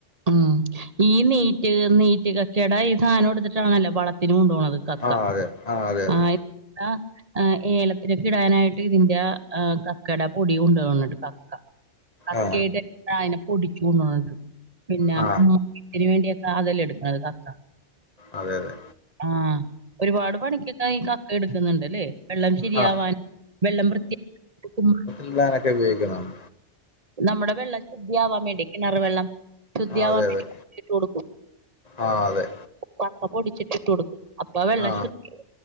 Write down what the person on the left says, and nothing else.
ആ അതെ ആ അതെ അതെ
ആ
ആ
അതെ അതെ
ആ
എല്ലാനൊക്കെ ഉപയോഗിക്കുന്നാണ്
ആ അതെ
അതെ
ആ അതെ
ആ